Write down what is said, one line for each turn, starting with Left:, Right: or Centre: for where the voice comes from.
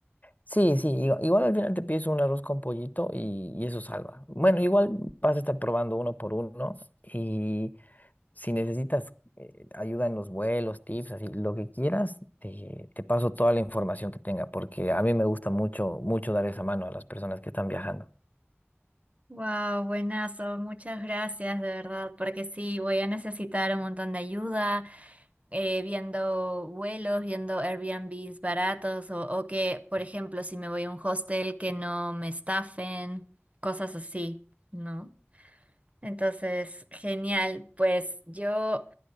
Left: Sí, sí, igu- igual, al final te pides un arroz con pollito y, y eso salva. Bueno, igual vas a estar probando uno por uno y si necesitas eh, ayuda en los vuelos, tips, así, lo que quieras, te, te paso toda la información que tenga, porque a mí me gusta mucho, mucho dar esa mano a las personas que están viajando.
Right: Wow, buenazo, muchas gracias de verdad, porque sí, voy a necesitar un montón de ayuda eh, viendo vuelos, viendo Airbnbs baratos o, o que, por ejemplo, si me voy a un hostel que no me estafen, cosas así, ¿no? Entonces, genial, pues yo